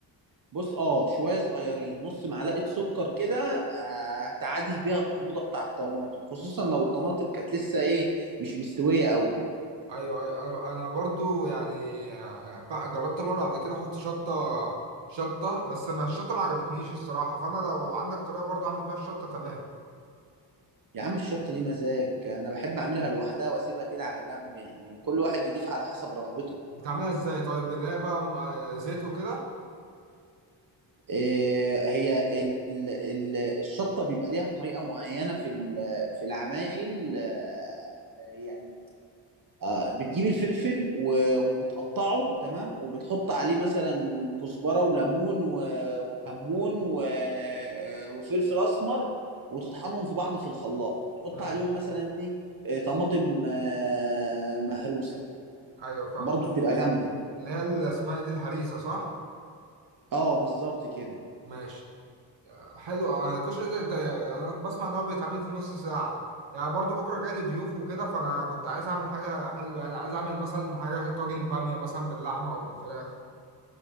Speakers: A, on the right; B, on the right.
A: بص اه شويه صغيرين نص معلقه سكر كده آه، هتعادل بيها الحموضه بتاع الطماطم خصوصا لو الطماطم كانت لسه ايه مش مستويه قوي
B: ايوه ايوه انا انا برضو يعني آه، ف- جربت مره قبل كده احط شطه شطه بس ما الشطه ما عجبتنيش الصراحه فانا لو عندك طريقه برضو اعمل بيها الشطه تمام
A: يا عم الشطه دي مزاج انا بحب اعملها لوحدها واسيبها كده على جنب يعني كل واحد يضيف على حسب رغبته
B: بتعملها ازاي طيب اللي هي بقى م- آه، زيت وكده
A: إيه هي ال ال الشطه بيبقى ليها طريقه معينه في ال- في العمايل آه، يعني آه، بتجيب الفلفل و- وبتقطعه تمام وبتحط عليه مثلا كزبرة وليمون و- وكمون و- وفلفل أسمر وتطحنهم في بعض في الخلاط تحط
B: ماشي
A: عليهم مثلا ايه آه، طماطم آه، مهروسة
B: ايوه فاهم
A: برضو بتبقى جامدة
B: اللي هي اللي اسمها ايه دي الهريسه صح
A: اه بالظبط كده
B: ماشي حلو آه، الكشري ده, ده يعني انا بسمع ان هو بيتعمل في نص ساعه يعني برضو بكره جاي لي ضيوف وكده فانا كنت عايز اعمل حاجه حلوه يعني عايز اعمل مثلا حاجه طاجن باميه مثلا باللحمه او بالفراخ